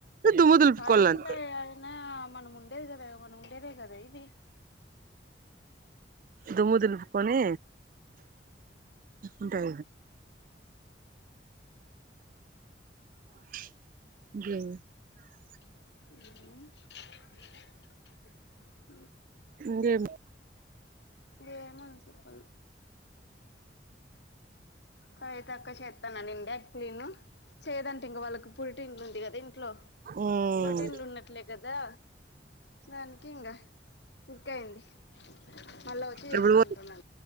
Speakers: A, on the right; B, on the left.
A: దుమ్ము దులుపుకోవాల
B: పడుకిల
A: అంతే
B: అదిన్న మన ముండేద మన ముండేద కద ఇది
A: దుమ్ము దులుపుకొని ఉంటాయి <inaudible>
B: ఆ
A: ఇంకేమి
B: ఏమో చెప్పను కవితక్క చేేత్తాననిందా క్లీను చేదన్ టింగ వాళ్ళకి పురిటిన్డ్లు ఉంది కదా ఇంట్లో
A: ఉమ్
B: పురిటిన్లు ఉన్నట్లే కదా దానికి ఇంగా ఫిక్ అయ్యింది మళ్ళా వచ్చి చేసుకుంటున్నా
A: ఎప్పుడు పో